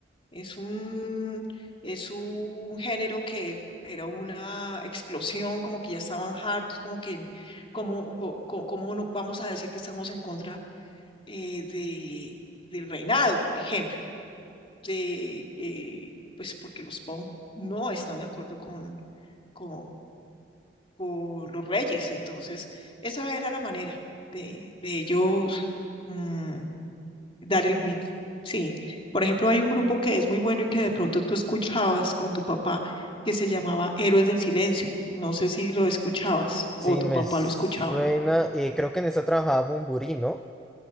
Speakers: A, on the left; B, in the centre.
A: Es un, es un género que era una explosión, como que ya estaban hartos, como que, como, co- co- como no- vamos a decir que estamos en contra eh, de, del reinado, por ejemplo, de, eh, pues porque los Pong no están de acuerdo con, con, con los reyes. Entonces, esa era la manera de, de ellos. mm, dar el grito. Sí. Por ejemplo, hay un grupo que es muy bueno y que de pronto tú escuchabas con tu papá que se llamaba Héroes del Silencio. No sé si lo escuchabas
B: sí,
A: o tu
B: me
A: papá
B: suena,
A: lo escuchaba.
B: eh, creo que en esta trabajaba Bumburi, ¿no?